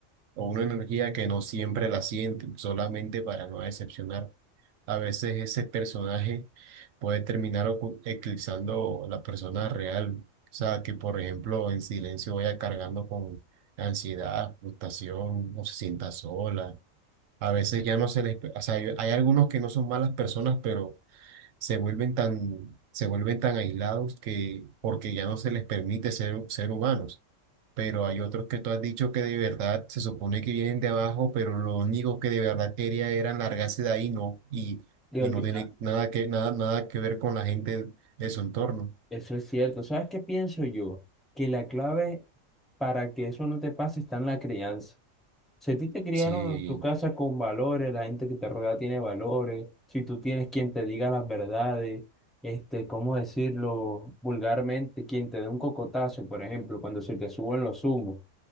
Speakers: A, on the right; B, in the centre.
A: o una energía que no siempre la sienten, solamente para no decepcionar. A veces ese personaje puede terminar ocu- eclipsando la persona real. O sea, que por ejemplo en silencio vaya cargando con ansiedad, frustración, o se sienta sola. A veces ya no se les... O sea, hay hay algunos que no son malas personas, pero se vuelven tan, se vuelven tan aislados que porque ya no se les permite ser, ser humanos pero hay otros que tú has dicho que de verdad se supone que vienen de abajo, pero lo único que de verdad quería era largarse de ahí, no, y,
B: le
A: y
B: olvidó
A: no tiene nada que, nada, nada que ver con la gente de su entorno.
B: Eso es cierto. ¿Sabes qué pienso yo? Que la clave para que eso no te pase está en la crianza. Si a ti te criaron
A: Sí,
B: en tu casa con valores, la gente que te rodea tiene valores, si tú tienes quien te diga las verdades, este, ¿cómo decirlo vulgarmente? Quien te dé un cocotazo, por ejemplo, cuando se te suben los humos,